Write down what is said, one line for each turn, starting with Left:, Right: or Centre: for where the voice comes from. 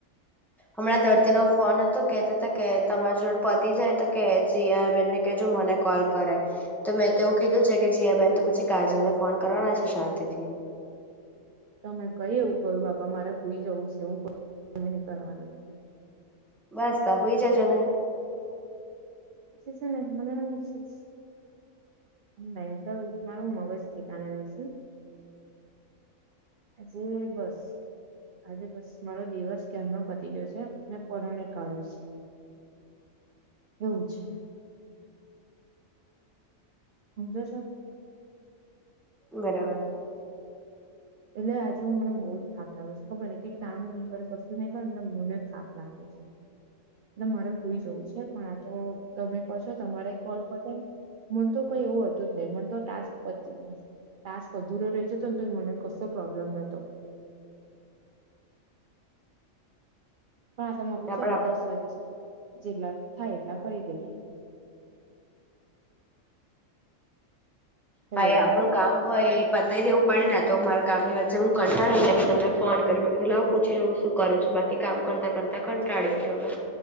Centre: હમણાં ધરતીનો ફોન હતો કેતા તા કે તમારી જોડે પતિ જાય તો કે જિયાબેનને કજો મને કોલ કરે તો મેં તેવું કીધું છે કે જિયાબેન તો પછી કાજલને ફોન કરવાના છે શાંતિથી.
Right: તમે કઈ એવું કહ્યું બાપા મારે હોઈ જવું છે. હું નહી કરવાનું.
Centre: બસ તો હોઈ જજોને.
Right: પછી છે ને હું હુઈ જઈશ. મેન્ટલ મારું મગજ થેકાને નથી. આજે બસ આજે બસ મારો દિવસ કેમનો પતી ગયો છે મેં પરાને કાઢ્યું છે. એવું છે. ઉગતો છે?
Centre: બરાબર.
Right: એટલે આજે હું મને બહુ જ થાક લાગ્યો છે ખબર ને કઈ કામ નહીં કરે કશું નહીં કરે એટ મને થાક લાગે છે. એટલે મારે સૂઈ જવું છે પણ આ તો તમે કહો છો તમારા કોલ પતેને મન તો કઈ એવું હતું જ નહી મને તો ટાસ્ક ટાસ્ક અધુરો રહી જતો ને તો મને કસ સો પ્રોબ્લેમ નતો. પણ આ તો મકું
Centre: ના
Right: ચાલ
Centre: પણ
Right: દસ વાગ્યા સુધી જેટલા થાય એટલા કરી દઈએ. હેલો
Centre: હા એ આપડું કામ હોય એ પાછ બતાઈ દેવું પડે ને તો મારા કામની વચ્ચે હું કંટાળે એટલે તમને ફોન કરું પૂછી જઉ શું કરું છું બાકી કામ કરતા કરતા કંટાળ્યું હવે